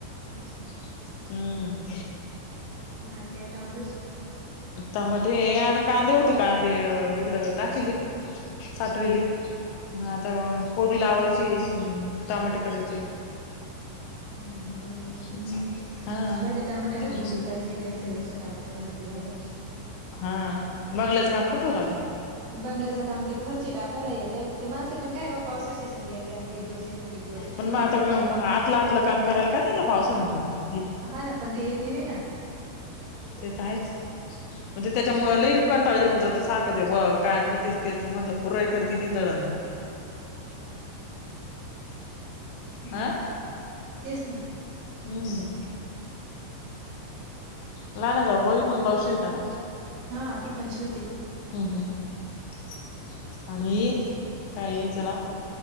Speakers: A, on the right; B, on the left.
A: अच्छा
B: हम्म
A: मळ्यात काय टोमॅटोस?
B: टमाटे ये आता कांदे होते कांदे इकड टाकेल ये साठवेल ये मग आता कोबी लावायची टमाटे करायचे.
A: हम बरंन काय
B: हम्म
A: मग
B: हा
A: ते टामाट्याना
B: तुम
A: जोडी पाहिजे काहीतरी नुसतं टामाट्यान ते नही बर
B: हा बंगल्याचं काम कुठवर आल?
A: बंगल्याचं काम ते फरची टाकायला येते ते माणसे पण काय पावसाच्याच येत्या एक दिवस येते एक दिवस नाही
B: पण म आता हम्म आत आपलं आपलं काम करायला काय जलं पावसा निघ जाऊन
A: हा ना पण ते येती नाही ना.
B: ते त आहेच म्हणजे त्याच्यामुळे लई कंटाळ येऊन जातो सारखं ते व कायमच तेच तेच म्हटलं पुरय करती न दळण <inaudible>
A: ना
B: आ
A: तेच ना
B: हम्म लहाण्या जाऊबाई पण ब्लाऊज शिवीत्या ना.
A: हा ती पण शिवते.
B: हम् हम् आणि काय ईचं नाव